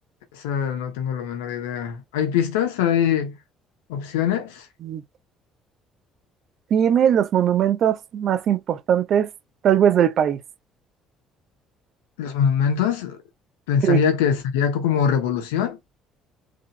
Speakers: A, on the left (about 75°); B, on the right (about 55°).
A: esa no tengo la menor idea. ¿Hay pistas? ¿Hay opciones?
B: Mm, Tiene los monumentos más importantes, tal vez del país.
A: ¿Los monumentos? Pensaría
B: Sí,
A: que sería co- como revolución,